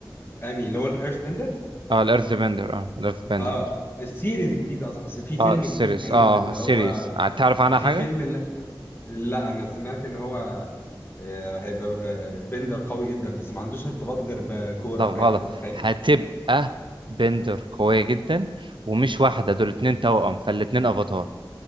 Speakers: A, on the left (about 25°); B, on the right (about 80°).
A: يعني اللي هو الايرث بندر
B: اه الارث بندر اه الارث بندر
A: اه السيريز جديد اصل أصل في فيلم
B: اه السيريس
A: جديد هينزل
B: اه
A: اللي
B: السيريس
A: هو
B: تعرف عنها
A: في
B: حاجه
A: فيلم اللي... لا انا سمعت ان هو آه، هيبقى آه، بندر قوي جدا بس ما عندوش ارتباط غير بكوره
B: لا غلط
A: فاهم انت متخيل
B: هتبقى بندر قوية جدا ومش واحدة دول اتنين توأم فالاتنين افاتار